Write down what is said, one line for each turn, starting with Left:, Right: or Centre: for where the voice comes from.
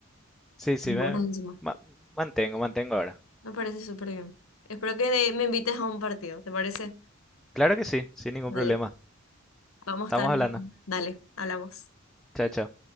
Centre: sí, sí,
Left: Dos
Centre: me
Left: horas encima.
Centre: ma- mantengo, mantengo ahora.
Left: Me parece súper bien. Espero que me invites a un partido, ¿te parece?
Centre: Claro que sí, sin ningún
Left: Dale,
Centre: problema.
Left: vamos
Centre: Estamos
Left: a estar.
Centre: hablando.
Left: Dale, hablamos.
Centre: Chao, chao.